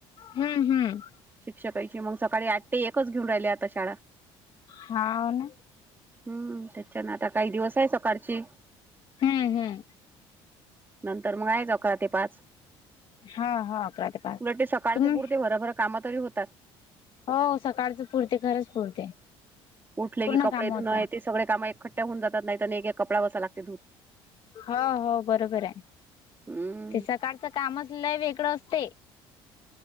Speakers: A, on the left (about 50°); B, on the right (about 20°).
A: हम्म हम्म.
B: शिक्षकाची मग सकाळी आठ ते एकच घेऊन राहिली आता शाळा.
A: हाव ना.
B: हम्म त्याच्यान आता काही दिवस आहे सकाळची.
A: हम्म हम्म.
B: नंतर मग आहेयच अकरा ते पाच.
A: हा हा अकरा पाच
B: उलट ते सकाळचं
A: तुम्ही
B: पुरते भरभर काम तरी होतात.
A: हो सकाळच पुरते खरंच पुरते.
B: उठले
A: पूर्ण
B: की कडे
A: काम होता
B: धुणय ते सगळे काम एकखठ्ठ्या होऊन जात नाहीत आणि एक कडा बसा लागते धुून.
A: हो हो बरोबर आहे
B: हम्म
A: ते सकाळचं काम असलं वेगळं असत. ते